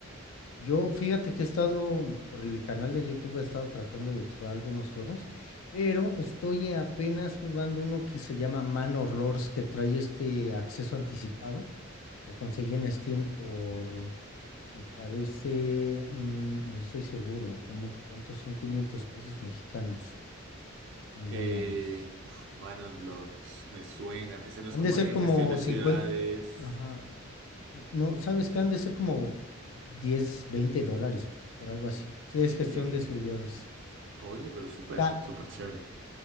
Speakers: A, on the left; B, on the right.
A: Yo, fíjate que he estado por el canal de YouTube, he estado tratando de explorar algunos juegos, pero estoy apenas jugando uno que se llama Manor Lords, que trae este acceso anticipado. Lo conseguí en Steam por, me parece, mm, no estoy seguro, como cuántos son 500 pesos mexicanos en
B: Eh,
A: dólares.
B: uf, Manon Lords, me suena. Ese no es
A: Han
B: como
A: de ser
B: de
A: como
B: gestión de ciudades.
A: 50, ajá, no, ¿sabes qué? Han de ser como 10, 20 dólares, por algo así. Sí,
B: Eh,
A: es gestión de estudios.
B: oye, pero súper,
A: Ta-
B: súper chévere.